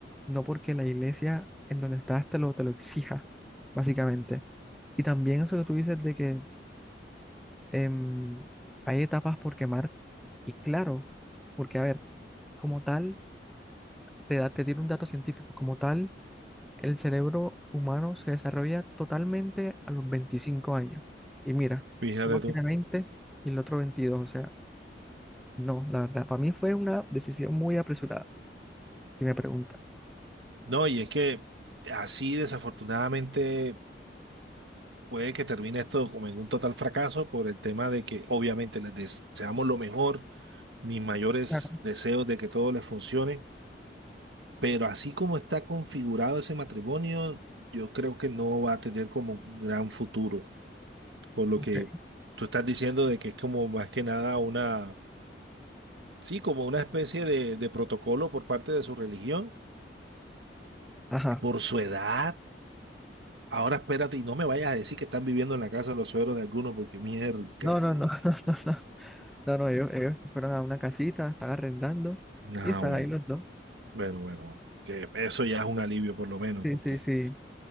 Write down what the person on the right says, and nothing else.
Fíjate
tú.
No, y es que así desafortunadamente puede que termine esto como en un total fracaso por el tema de que obviamente les deseamos lo mejor, mis mayores
deseos de que todo les funcione, pero así como está configurado ese matrimonio, yo creo que no va a tener como un gran futuro, por lo
que tú estás diciendo de que es como más que nada una, sí, como una especie de, de protocolo por parte de su religión,
por su edad. Ahora espérate y no me vayas a decir que están viviendo en la casa de los suegros de alguno porque mierda.
de-
Ah,
bueno,
bueno, bueno, bueno. Que eso ya es un alivio por lo menos
porque